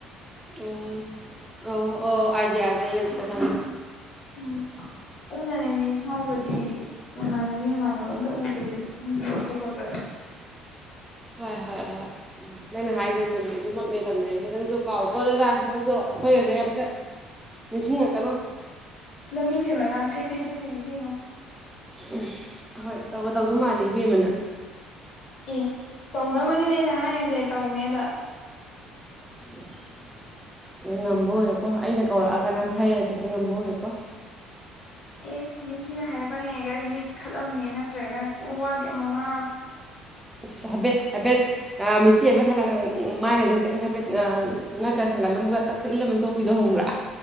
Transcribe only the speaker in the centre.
ꯑꯣ ꯑꯣ ꯑꯣ ꯑꯥꯏꯗꯤꯌꯥꯁꯦ ꯑꯩ ꯍꯨꯖꯤꯛꯇ ꯈꯪꯉꯦ꯫
ꯍꯣꯏ ꯍꯣꯏ ꯍꯣꯏ ꯅꯪꯅ ꯍꯥꯏꯗꯣ ꯆꯨꯝꯃꯤ ꯑꯗꯨꯃꯛꯅꯦ ꯇꯧꯅꯔꯤꯁꯦ ꯅꯪꯁꯨ ꯀꯥꯎꯀꯣ ꯑꯗꯨꯅ ꯅꯪꯁꯨ ꯑꯩꯈꯣꯏꯒꯁꯦ ꯑꯝꯇ ꯅꯤꯡꯁꯤꯡꯉꯛꯀꯥꯅꯣ꯫
ꯎꯝ ꯍꯣꯏ ꯇꯧꯒꯇꯧꯗꯧ ꯃꯥꯜꯂꯦ ꯏꯕꯦꯝꯃ ꯅꯪ
ꯑꯁ ꯑꯁ‌ ꯑꯁ ꯉꯝꯕ ꯑꯣꯏꯌꯨꯀꯣ ꯑꯩꯅ ꯀꯧꯔꯛꯑꯥꯒ ꯅꯪ ꯊꯩꯔꯒ ꯆꯠꯄ ꯉꯝꯕ ꯑꯣꯏꯌꯨꯀꯣ
ꯏꯁ‌ ꯍꯥꯏꯕꯦꯠ ꯍꯥꯏꯕꯦꯠ ꯑꯥ ꯃꯤꯠꯆꯤ ꯍꯥꯏꯐꯦꯠ ꯈꯜꯂꯒ ꯃꯥꯏꯒꯗꯣ ꯈꯤꯇꯪ ꯍꯥꯏꯐꯦꯠ ꯑꯥ ꯉꯛꯀ ꯊꯥꯡꯒꯠꯂꯝꯂꯒ ꯇꯛꯇ ꯏꯜꯂꯝꯃ ꯇꯣꯛꯄꯤꯗꯣ ꯈꯪꯕ꯭ꯔꯥ <inaudible>